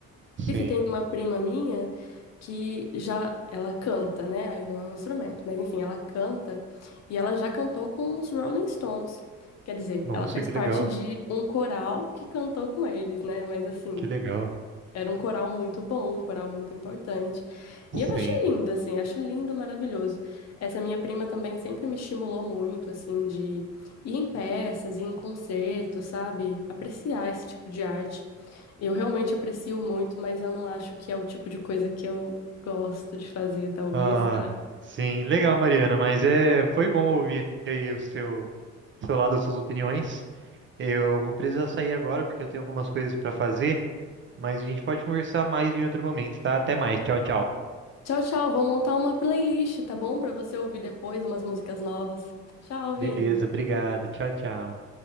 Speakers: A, on the right; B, on the left.
A: Sim.
B: Inclusive, tem uma prima minha que já ela canta, né? Aí não é um instrumento, mas enfim, ela canta e ela já cantou com os Rolling Stones. Quer dizer,
A: Nossa,
B: ela fez
A: que
B: parte
A: legal.
B: de um coral que cantou com eles, né? Mas assim,
A: Que legal.
B: era um coral muito bom, um coral muito importante. E eu acho
A: Sim.
B: lindo, assim, acho lindo, maravilhoso. Essa minha prima também sempre me estimulou muito, assim, de ir em peças, ir em concertos, sabe? Apreciar esse tipo de arte. Eu realmente aprecio muito, mas eu não acho que é o tipo de coisa que eu gosto de fazer, talvez,
A: Ah,
B: tá?
A: sim, legal, Mariana, mas é, foi bom ouvir aí o seu seu lado, as suas opiniões. Eu vou precisar sair agora porque eu tenho algumas coisas para fazer, mas a gente pode conversar mais em outro momento, tá? Até mais. Tchau, tchau.
B: Tchau, tchau. Vou montar uma playlist, tá bom? Pra você ouvir depois umas músicas novas. Tchau,
A: Beleza,
B: Vini.
A: obrigado. Tchau, tchau.